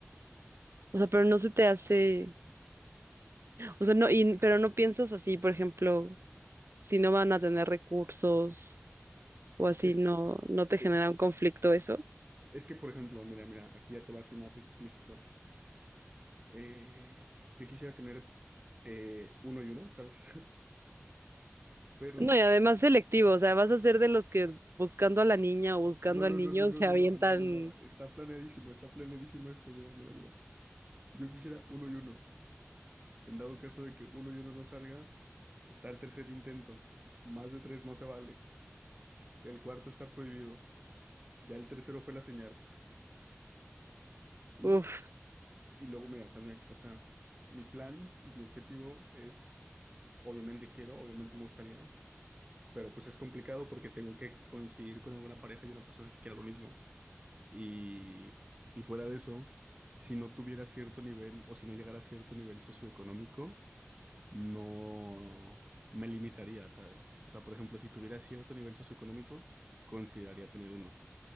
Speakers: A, on the right; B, on the right.
A: o sea, pero no se te hace, o sea, no, y, pero no piensas así, por ejemplo, si no van a tener recursos o así,
B: Es,
A: no, no te
B: eh,
A: genera un conflicto eso.
B: es que, por ejemplo, mira, mira, aquí ya te va así más explícito. Eh, yo quisiera tener eh, uno y uno, ¿sabes? <laughs> Pero,
A: No, y además selectivo, o sea, vas a ser de los que buscando a la niña o buscando
B: no, no,
A: al
B: no,
A: niño
B: no, no,
A: se
B: no,
A: avientan,
B: no, no, no, no, está planeadísimo, está planeadísimo esto, mira, mira, mira. Yo quisiera uno y uno. En dado caso de que uno y uno no salga, está el tercer intento. Más de tres no se vale. El cuarto está prohibido. Ya el tercero fue la señal. Y,
A: uf,
B: y luego me da también. O sea, mi plan y mi objetivo es, obviamente quiero, obviamente me gustaría, pero pues es complicado porque tengo que coincidir con alguna pareja y una persona que quiera lo mismo. Y, y fuera de eso, si no tuviera cierto nivel o si no llegara a cierto nivel socioeconómico, no me limitaría, ¿sabes? O sea, por ejemplo, si tuviera cierto nivel socioeconómico, consideraría tener uno.